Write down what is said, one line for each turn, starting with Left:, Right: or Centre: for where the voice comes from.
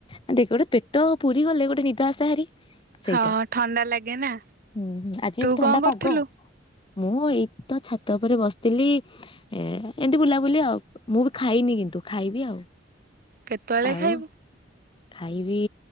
Left: ଆ ଦେଖ ଗୋଟେ ପେଟ ପୁରି ଗଲେ ଗୋଟେ ନିଦ ଆଶେ ହାରି। ସେଇଟା।
Right: ହଁ ଥଣ୍ଡା ଲାଗେ ନା
Left: ହୁଁ ହୁଁ ଆଜି
Right: ତୁ
Left: ବି ଥଣ୍ଡା
Right: କଣ
Left: ପାଗ
Right: କରୁଥିଲୁ?
Left: ମୁଁ ଏଇ ତ ଛାତ ଉପରେ ବସିଥିଲି ଏ ଏମିତି ବୁଲାବୁଲି ଆଉ ମୁଁ ବି ଖାଇନି କିନ୍ତୁ ଖାଇବି ଆଉ।
Right: କେତେବେଳେ
Left: ଆଉ
Right: ଖାଇବୁ?
Left: ଖାଇବି